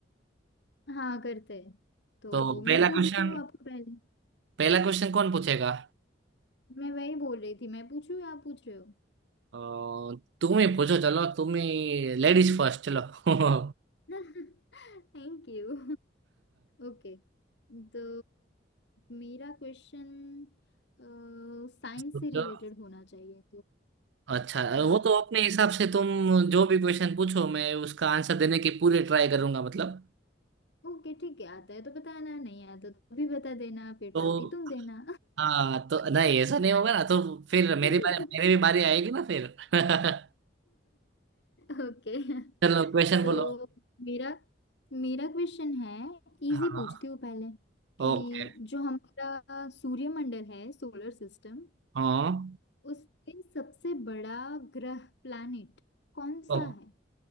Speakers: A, on the left; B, on the right.
A: हाँ करते हैं तो
B: तो
A: मैं
B: पहला
A: पूछती
B: क्वेश्चन
A: हूँ आपको पहले
B: पहला क्वेश्चन कौन पूछेगा
A: मैं वही बोल रही थी मैं पूछूँ या आप पूछ रहे हो
B: अ, तुम ही पूछो चलो तुम ही लेडीज फर्स्ट चलो <laughs>
A: <laughs> Thank you ओके तो मेरा क्वेश्चन साइंस
B: पूछो।
A: से रिलेटेड होना चाहिए
B: अच्छा
A: तो
B: वो तो अपने हिसाब से तुम जो भी क्वेश्चन पूछो मैं उसका आंसर देने की पूरी ट्राई करूंगा मतलब
A: ओके ठीक है आता है तो बताना नहीं आता तो भी बता देना फिर
B: तो
A: पार्टी तुम देना
B: हाँ तो नहीं ऐसा नहीं होगा ना तो फिर मेरी
A: <laughs>
B: बारी मेरी भी बारी आएगी ना फिर <laughs>
A: ओके
B: चलो क्वेश्चन
A: तो
B: बोलो
A: मेरा मेरा क्वेश्चन है इजी
B: हाँ
A: पूछती हूँ पहले कि
B: ओके
A: जो हमारा सूर्यमंडल है सोलर सिस्टम
B: हाँ
A: उसके सबसे बड़ा ग्रह प्लैनेट कौन
B: ओ,
A: सा है